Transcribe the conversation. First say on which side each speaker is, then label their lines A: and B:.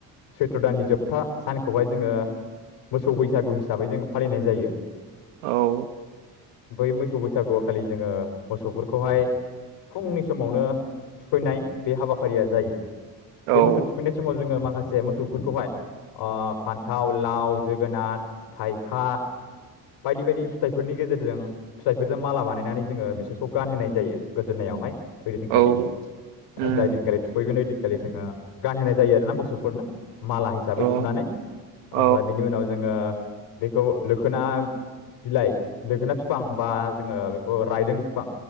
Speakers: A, on the left; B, on the right.
A: सैत्र दानानि जोबथा सानखौहाय जोंङो मोसौ बैसागु हिसाबै जोंङो फालिनाय जायो।
B: औ
A: बै मोसौ बैसागुआव खालि जोंङो मोसौफोरखौहाय फुंनि समावनो थुखैनाय बे हाबाफारिया जायो।
B: औ
A: बे मोसौ थुखैनाय समाव जोंङो माखासे मोसौफोरखौहाय फान्थाव लाव जोगोनार थाइखा बायदि बायदि फिथाइफोरनि गेजेरजों फिथाइफोरजों माला बानायनानै जोंङो बिसोरखौ गानहोनाय जायो गोदोनायावहाय ओइदिनखालि
B: औ उम
A: जाय दिनखालि थुखैगोन ओइन दिन खालि जोंङो गानहोनाय जायो आरोना मोसौफोरनो माला हिसाबै
B: औ
A: सुनानै
B: औ
A: ओमफ्राय बिनि उनाव जोंङो बेखौ लोखोना बिलाइ लोखोना फिफां बा जोंङो बेखौ रायदों फिफां